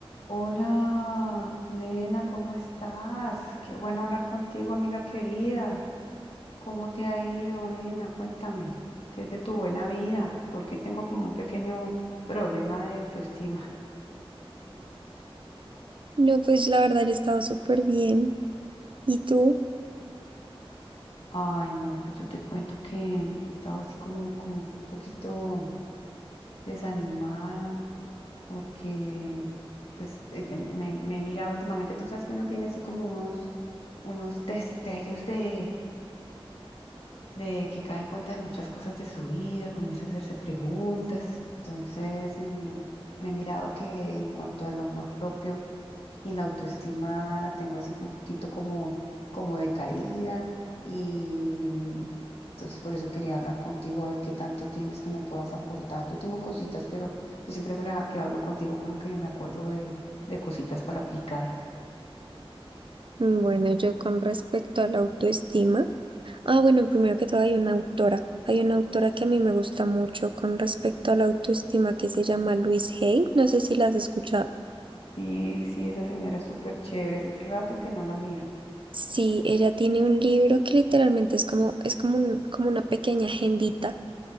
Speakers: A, on the left; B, on the right.
A: Hola, nena, ¿cómo estás? Qué bueno hablar contigo, amiga querida. ¿Cómo te ha ido, nena? Cuéntame, ¿qué es de tu buena vida? Porque tengo como un pequeño problema de autoestima.
B: No, pues la verdad yo he estado súper bien. ¿Y tú?
A: <laughs> Ay, no, pues yo te cuento que estaba así como, como un poquito desanimada porque pues, eh, eh, me, me he mirado últimamente, tú sabes que uno tiene así como unos, unos destellos de de que cae en cuenta de muchas cosas de su vida, comienza a hacerse preguntas. Entonces, mm, me he mirado que en cuanto al amor propio y la autoestima la tengo así como un poquito como, como decaída y entonces por eso quería hablar contigo a ver qué tanto tienes que me puedas aportar. Yo tengo cositas, pero yo siempre me la- que hablo contigo como que me acuerdo de, de cositas para aplicar.
B: Mm. Bueno, yo con respecto a la autoestima. Ah, bueno, primero que todo hay una autora. Hay una autora que a mí me gusta mucho con respecto a la autoestima que se llama Louise Hay. No sé si la has escuchado.
A: Sí, sí, esa señora es súper chévere. Hace rato que no la miro.
B: Sí, ella tiene un libro que literalmente es como, es como un- como una pequeña agendita